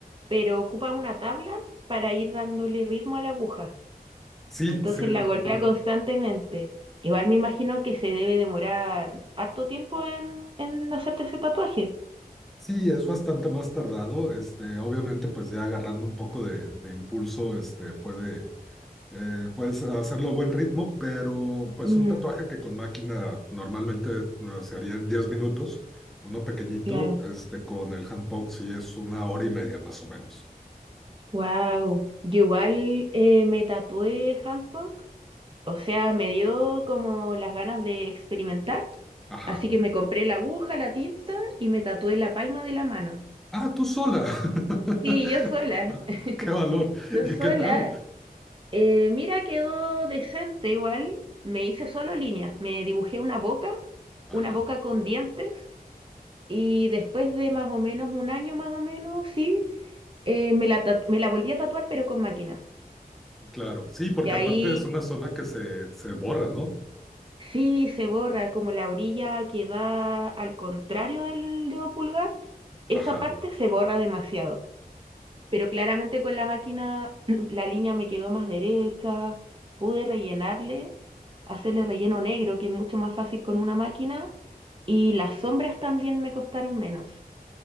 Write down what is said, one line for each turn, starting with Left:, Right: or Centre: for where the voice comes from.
Right: pero ocupa una tabla para ir dándole ritmo a la aguja.
Centre: sí,
Right: Entonces
Centre: sí,
Right: la golpea
Centre: ajá.
Right: constantemente. Igual me imagino que se debe demorar harto tiempo en, en hacerte ese tatuaje.
Centre: Sí, es bastante más tardado. Este, obviamente, pues ya agarrando un poco de, de impulso, este, puede, eh, puedes hacerlo a buen ritmo, pero pues
Right: Mm,
Centre: un tatuaje que con máquina normalmente no, se haría en 10 minutos, uno pequeñito,
Right: claro.
Centre: este, con el hand poke sí es una hora y media más o menos.
Right: Wow. Yo igual eh, me tatué handpok O sea, me dio como las ganas de experimentar,
Centre: Ajá.
Right: así que me compré la aguja, la tinta y me tatué la palma de la mano.
Centre: Ah, tú sola. <laughs>
Right: Sí, yo sola, <laughs>
Centre: Qué valor.
Right: yo
Centre: ¿Y
Right: sola.
Centre: qué tal?
Right: Eh, mira, quedó decente igual. Me hice solo líneas, me dibujé una boca,
Centre: Ajá,
Right: una boca con dientes y después de más o menos un año más o menos, sí, eh, me la, tatu- me la volví a tatuar pero con máquina.
Centre: claro. Sí, porque
Right: Y ahí
Centre: aparte es una zona que se, se borra, ¿no?
Right: Sí, se borra como la orilla que da al contrario del dedo pulgar. Esa
Centre: Ajá.
Right: parte se borra demasiado. Pero claramente con la máquina <clears throat> la línea me quedó más derecha. Pude rellenarle, hacerle relleno negro, que es mucho más fácil con una máquina. Y las sombras también me costaron menos.